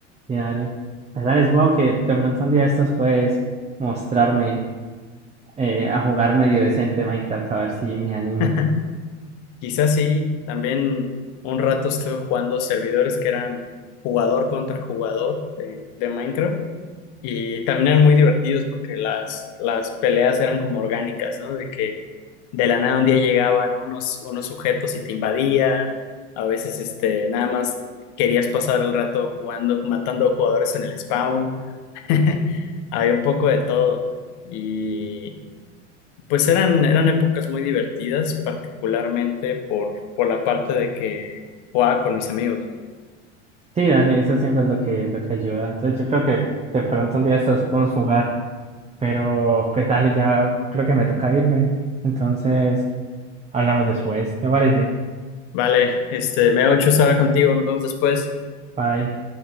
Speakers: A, on the right; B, on the left.
A: y dale. Pues dale, supongo que de pronto un día estos puedes mostrarme eh, a jugar medio decente Minecraft, a ver si me animo.
B: <laughs> Quizás sí, también un rato estuve jugando servidores que eran jugador contra jugador de, de Minecraft Y también eran muy divertidos porque las, las peleas eran como orgánicas, ¿no? De que de la nada un día llegaban unos, unos sujetos y te invadían, a veces este, nada más querías pasar el rato jugando, matando jugadores en el spawn, <laughs> había un poco de todo. Y pues eran, eran épocas muy divertidas, particularmente por, por la parte de que jugaba con mis amigos.
A: Sí, dale, eso siempre es lo que, lo que ayuda. Entonces yo creo que de pronto un día estos podemos jugar, pero pues dale, ya creo que me toca irme. Entonces hablamos después, ¿te parece?
B: Vale, este, me ha hecho estar contigo, nos vemos después.
A: Bye.